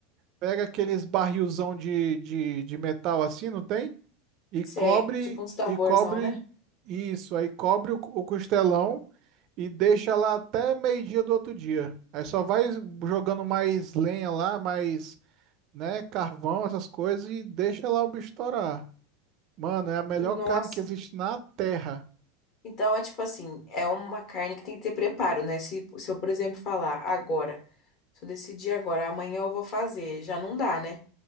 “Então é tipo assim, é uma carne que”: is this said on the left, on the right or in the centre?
Left